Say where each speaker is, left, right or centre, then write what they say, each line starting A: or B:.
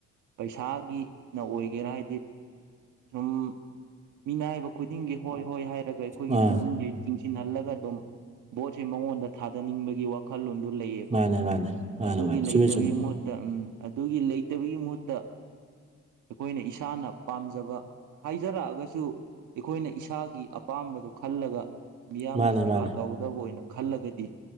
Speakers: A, on the right; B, on the right.
A: ꯄꯩꯁꯥꯒꯤꯅ ꯑꯣꯏꯒꯦꯔꯥ ꯍꯥꯏꯗꯤ ꯁꯨꯝ ꯃꯤꯅ ꯍꯥꯏꯕ ꯈꯨꯗꯤꯡꯒꯤ ꯍꯣꯏ ꯍꯣꯏ ꯍꯥꯏꯔꯒ ꯑꯩꯈꯣꯏꯒꯤ
B: ꯑꯥ
A: ꯄꯨꯛꯅꯤꯡꯒꯤ ꯆꯤꯡꯁꯤꯟꯍꯜꯂꯒ ꯑꯗꯨꯝ ꯕꯣꯠꯁꯦ ꯃꯉꯣꯟꯗ ꯊꯥꯗꯅꯤꯡꯕꯒꯤ ꯋꯥ ꯋꯥꯈꯜꯂꯣꯟꯗꯨ ꯂꯩꯌꯦꯕ
B: ꯃꯥꯅꯦ ꯃꯥꯅꯦ ꯃꯥꯅꯦ
A: ꯑꯗꯨꯒꯤ
B: ꯃꯥꯅꯦ
A: ꯂꯩꯇꯕꯒꯤ
B: ꯆꯨꯝꯃꯦ ꯆꯨꯝꯃꯦ
A: ꯃꯍꯨꯠ ꯇ ꯎꯝ ꯑꯗꯨꯒꯤ ꯂꯩꯇꯕꯒꯤ ꯃꯍꯨꯠꯇ ꯑꯩꯈꯣꯏꯅ ꯏꯁꯥꯅ ꯄꯥꯝꯖꯕ ꯍꯥꯏꯖꯔꯛꯑꯒꯁꯨ ꯑꯩꯈꯣꯏꯅ ꯏꯁꯥꯒꯤ ꯑꯄꯥꯝꯕꯗꫭ ꯈꯜꯂꯒ ꯃꯤꯌꯥꯝꯒꯤ
B: ꯃꯥꯅꯦ
A: ꯁꯦꯕꯥ
B: ꯃꯥꯅꯦ
A: ꯇꯧꯒꯗꯕ ꯑꯣꯏꯅ ꯈꯜꯂꯒꯗꯤ